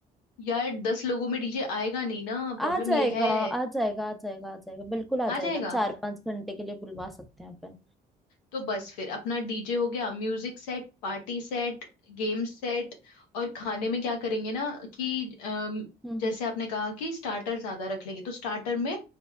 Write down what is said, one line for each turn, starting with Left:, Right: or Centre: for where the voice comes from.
Left: यार दस लोगों में डीजे आएगा नहीं ना
Centre: आ
Left: प्रॉब्लम
Centre: जाएगा
Left: ये है
Centre: आ जाएगा आ जाएगा आ जाएगा बिल्कुल आ
Left: आ जाएगा
Centre: जाएगा चार पांच घंटे के लिए बुलवा सकते हैं अपन
Left: तो बस फिर अपना डीजे हो गया music set party set game set और खाने में क्या करेंगे ना कि अम,
Centre: हम्म
Left: जैसे
Centre: हम्म
Left: आपने कहा कि स्टार्टर ज्यादा रख लेंगे तो स्टार्टर में